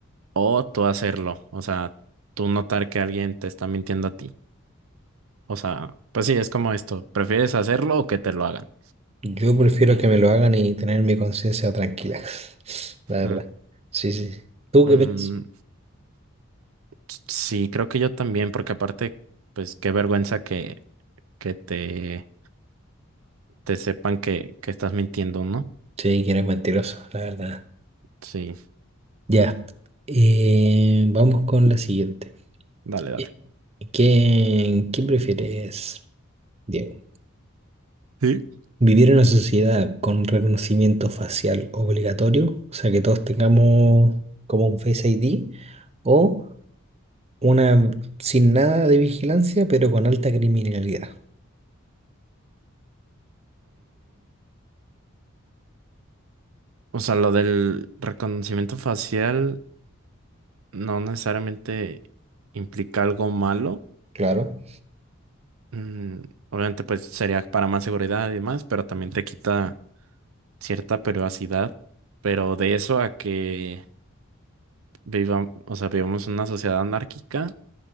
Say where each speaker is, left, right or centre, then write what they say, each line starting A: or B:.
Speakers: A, on the right; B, on the right.
A: o tú hacerlo? O sea, tú notar que alguien te está mintiendo a ti. O sea, pues sí, es como esto, ¿prefieres hacerlo o que te lo hagan?
B: yo prefiero que me lo hagan y tener mi conciencia tranquila, <laughs> la verdad.
A: Mm,
B: Sí, sí. ¿Tú
A: mm,
B: qué piensas?
A: s- sí, creo que yo también, porque aparte, pues qué vergüenza que, que te, te sepan que, que estás mintiendo, ¿no?
B: Sí, que eres mentiroso, la verdad.
A: Sí,
B: Ya, eh, vamos con la siguiente.
A: dale, dale.
B: Eh, ¿Qué, qué prefieres, Diego?
A: Sí.
B: ¿Vivir en una sociedad con reconocimiento facial obligatorio? O sea, que todos tengamos como un Face ID o una sin nada de vigilancia, pero con alta criminalidad.
A: O sea, lo del reconocimiento facial no necesariamente implica algo malo.
B: Claro.
A: Mm, obviamente, pues sería para más seguridad y demás, pero también te quita cierta privacidad. Pero de eso a que viva, o sea, vivamos en una sociedad anárquica,